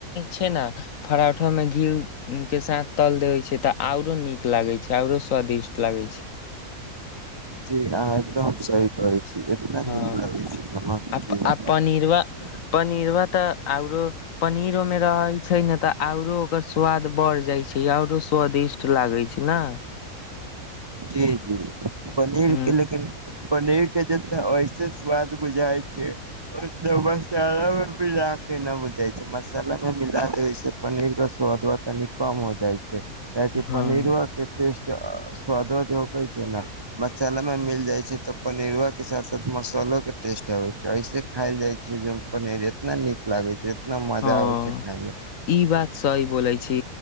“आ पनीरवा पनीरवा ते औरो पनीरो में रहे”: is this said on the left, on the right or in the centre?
Left